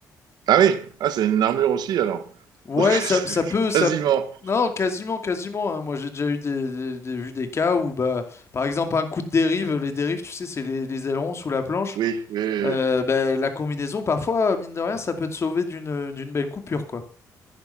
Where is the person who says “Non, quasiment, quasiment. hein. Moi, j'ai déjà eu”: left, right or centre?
Left